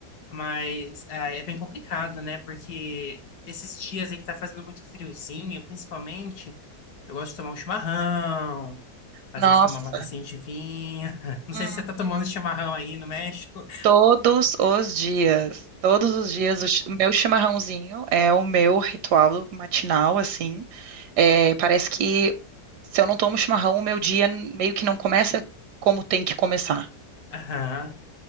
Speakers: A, on the left (about 65°); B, on the right (about 75°).
A: Mas ah, é bem complicado, né? Porque esses dias aí que tá fazendo muito friozinho, principalmente, eu gosto de tomar um chimarrão, às
B: Nossa.
A: vezes tomar uma tacinha de vinho. <laughs> Não
B: Uhum.
A: sei se você tá tomando chimarrão aí no México.
B: Todos os dias, todos os dias, o, chi- o meu chimarrãozinho é o meu ritual matinal, assim. É, parece que se eu não tomo chimarrão, o meu dia meio que não começa como tem que começar.
A: Aham.